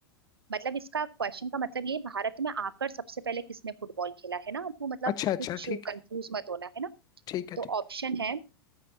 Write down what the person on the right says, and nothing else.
मतलब इसका क्वेश्चन का मतलब ये है, भारत में आकर सबसे पहले किसने फुटबॉल खेला है ना आपको मतलब
कुछ
कंफ्यूज
मत होना है ना
तो
ऑप्शन है